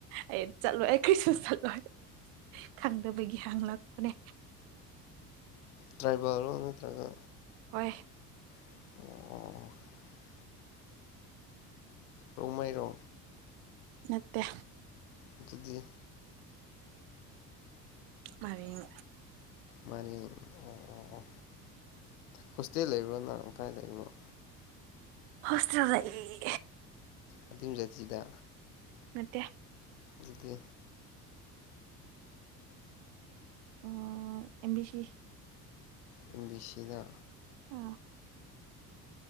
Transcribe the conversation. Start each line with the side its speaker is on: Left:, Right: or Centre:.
Right: ꯑꯩ ꯆꯠꯂꯣꯏ ꯑꯩ ꯀꯔꯤꯁꯨ ꯆꯠꯂꯣꯏ ꯈꯪꯗꯕꯒꯤ ꯍꯪꯂꯛꯄꯅꯦ
Left: ꯇ꯭ꯔꯥꯏꯕꯦꯜꯔꯣ ꯅꯠꯇ꯭ꯔꯒ
Right: ꯍꯣꯏ
Left: <unintelligible> ꯔꯣꯡꯃꯩꯔꯣ
Right: ꯅꯠꯇꯦ
Left: ꯑꯗꯨꯗꯤ
Right: ꯃꯥꯔꯤꯡ
Left: ꯃꯥꯔꯤꯡ ꯑꯣ ꯑꯣ ꯑꯣ ꯍꯣꯁꯇꯦꯜ ꯂꯩꯕ꯭ꯔꯣ ꯅꯪ ꯀꯥꯏ ꯂꯩꯕ꯭ꯔꯣ
Right: ꯍꯣꯁꯇꯦꯜ ꯂꯩ
Left: ꯑꯗꯨꯝ ꯖꯥꯇꯤꯗ
Right: ꯅꯠꯇꯦ
Left: ꯑꯗꯨꯗꯤ
Right: ꯑꯣ M B C
Left: M B C ꯗ
Right: ꯑꯥ